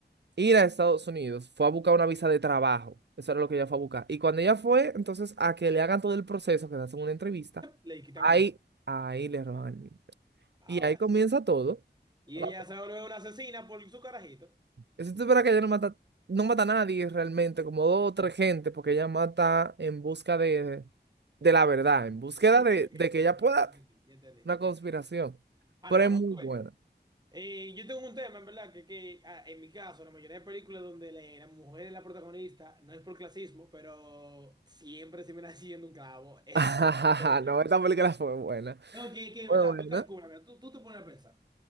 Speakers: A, on the right (about 70°); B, on the right (about 25°).
A: ir a Estados Unidos. Fue a buscar una visa de trabajo. Eso era lo
B: Ok.
A: que ella fue a buscar. Y cuando ella fue, entonces, a que le hagan todo el proceso, que le hacen una entrevista,
B: <laughs> Le quitan
A: ahí,
B: el muchacho.
A: ahí le roban.
B: Ahora
A: Y ahí comienza
B: sí.
A: todo.
B: Y
A: La-
B: ella se vuelve una asesina por su carajito.
A: Eso Es verdad que ella no mata, no mata a nadie realmente, como dos o tres gente, porque ella mata en busca de, de la verdad, en búsqueda
B: Ok,
A: de,
B: ok,
A: de que
B: ok,
A: ella
B: ok.
A: pueda
B: Ya entendí, ya entendí,
A: una conspiración.
B: ya entendí. Ah,
A: Pero
B: no,
A: es
B: no,
A: muy
B: tú
A: buena.
B: ves. Eh, yo tengo un tema, en verdad, que, que ah, en mi caso, la mayoría de películas donde la, la mujer es la protagonista, no es por clasismo, pero siempre se me está <laughs> haciendo un clavo. <laughs> Eso,
A: <laughs>
B: la mayoría.
A: No, esta película fue buena.
B: No, que, que
A: Fue
B: en verdad,
A: buena,
B: tú calculas, mira, tú, tú te pones a pensar.